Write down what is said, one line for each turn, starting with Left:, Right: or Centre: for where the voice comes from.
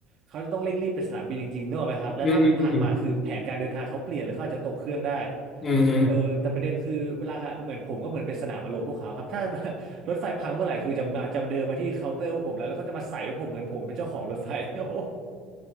Right: เขาจะต้องเร่งรีบไปสนามบินจริงๆเนกอะไหมครับแล้วถ้ามันพังมาคือแผนการเดินทางเขาเปลี่ยนเลยเขาอาจจะตกเครื่องได้
Left: อืมอืมอืมอืมอืม
Right: เออแต่ประเด็นคือเวลาเหมือนผมก็เหมือนเป็นสนามอารมณ์พวกเขาครับถ้า <laughs> รถไฟพังเมื่อไหร่คือจะมาจะมาเดินมาที่เคาน์เตอร์พวกผมแล้วแล้วก็จะมาใส่ว่าผมเหมือนผมเป็นเจ้าของรถไฟ <laughs> โอ้โห